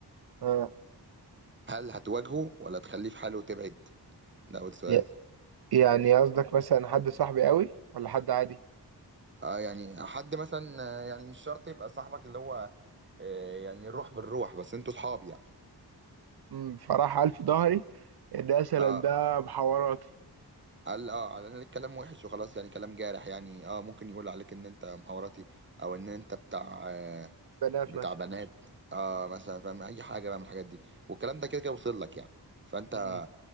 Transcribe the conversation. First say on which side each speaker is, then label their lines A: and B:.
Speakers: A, on the right (about 65°); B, on the right (about 30°).
A: آه.
B: هل هتواجهه ولا تخليه في حاله وتبعد ده أول سؤال
A: ي- يعني قصدك مثلا حد صاحبي أوي ولا حد عادي؟
B: آه يعني حد مثلا آه، يعني مش شرط يبقى صاحبك اللي هو آه يعني الروح بالروح بس انتوا صحاب يعني
A: مم. فراح قال في ظهري ان مثلا
B: اه
A: ده بحواراتي
B: قال اه قال الكلام وحش وخلاص يعني كلام جارح يعني اه ممكن يقول عليك ان انت مخابراتي او ان انت بتاع آه
A: بنات
B: بتاع
A: مثلا
B: بنات اه مثلا فاهم اي حاجه بقى من الحاجات دي والكلام ده كده كده وصل لك يعني فانت
A: مم.